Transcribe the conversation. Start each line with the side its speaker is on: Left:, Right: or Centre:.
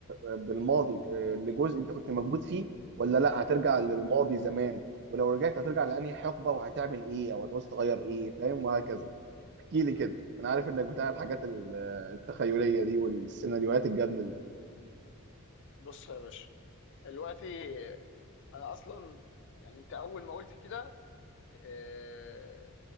Right: بالماضي آه، لجزء انت كنت موجود فيه ولا لا هترجع للماضي زمان ولو رجعت هترجع لانهي حقبة وهتعمل ايه او هتعوز تغير ايه فاهم وهكذا احكي لي
Left: مم.
Right: كده انا عارف انك بتاع الحاجات ال- التخيلية دي والسيناريوهات الجامدة دي
Left: بص يا باشا دلوقتي انا اصلا يعني انت اول ما قلت كده آه،